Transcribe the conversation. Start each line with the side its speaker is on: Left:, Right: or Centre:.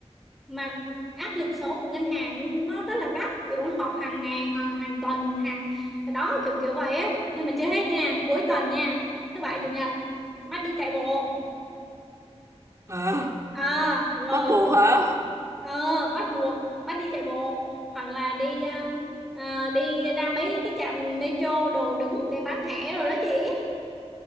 Centre: mà áp lực số của ngân hàng nó rất là gấp kiểu họp hàng ngày hàng hàng tuần hàng đó kiểu kiểu vậy á nhưng mà chưa hết nha cuối tuần nha thứ bảy chủ nhật bắt đi chạy bộ
Right: Hả?
Centre: à rồi
Right: Bắt buộc hả?
Centre: ờ bắt buộc bắt đi chạy bộ hoặc là đi um, à, đi ra mấy cái trạm metro đồ đứng để bán thẻ rồi đó chị